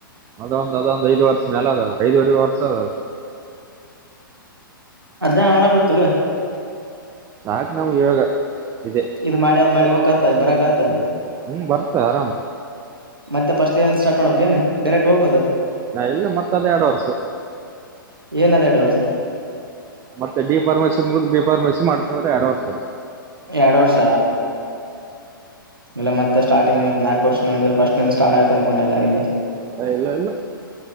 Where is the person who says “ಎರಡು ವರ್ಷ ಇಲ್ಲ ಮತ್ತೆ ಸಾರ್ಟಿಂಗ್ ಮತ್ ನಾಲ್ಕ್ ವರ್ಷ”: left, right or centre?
Right